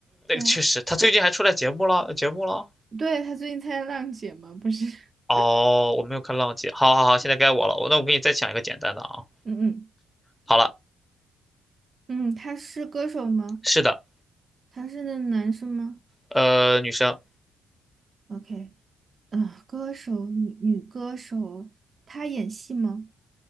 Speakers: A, in the centre; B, on the right (about 40°).
A: 那个确实，
B: 对啊，
A: 他最近还出来节目了，节目了。
B: 对，她最近参加浪姐嘛，不是？<laughs>
A: 哦，我没有看浪姐。好好好，现在该我了。我那我给你再讲一个简单的啊。
B: 嗯
A: 好了，
B: 嗯嗯，她是歌手吗？
A: 是的，
B: 她是那男生吗
A: 呃，女生
B: ？OK，嗯，歌手，女女歌手，她演戏吗？